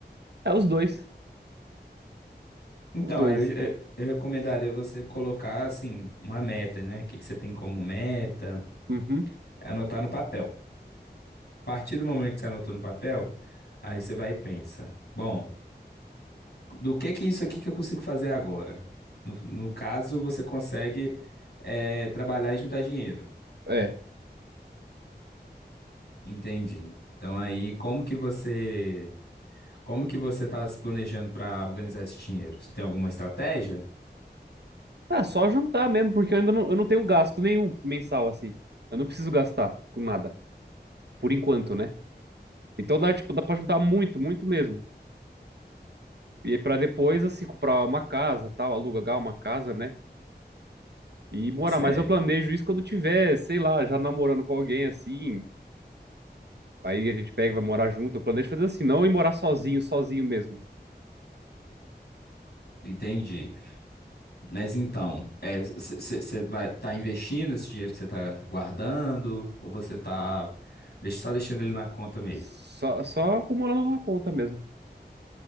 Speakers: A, on the right; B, on the left.
A: É os dois.
B: Então,
A: Os dois.
B: aí eu, eu- eu recomendaria você colocar, assim, uma meta, né? O que que você tem como meta?
A: Uhum.
B: Anotar no papel. A partir do momento que você anotou no papel, aí você vai e pensa: bom, do que que isso aqui que eu consigo fazer agora? No, no caso, você consegue eh, trabalhar e juntar dinheiro.
A: É.
B: Entendi. Então aí, como que você, como que você está se planejando para organizar esse dinheiro? Você tem alguma estratégia?
A: Ah, só juntar mesmo, porque eu ainda não, eu não tenho gasto nenhum mensal, assim. Eu não preciso gastar com nada. Por enquanto, né? Então dá, tipo, dá pra juntar muito, muito mesmo. E para depois, assim, comprar uma casa, tal, alugar uma casa, né? E morar.
B: Certo.
A: Mas eu planejo isso quando tiver, sei lá, já namorando com alguém, assim. Aí a gente pega e vai morar junto. Eu planejo fazer assim, não ir morar sozinho, sozinho mesmo.
B: Entendi. Mas então, você vai estar investindo esse dinheiro que você está guardando ou você está só deixando ele na conta mesmo?
A: Só, só acumulando uma conta mesmo.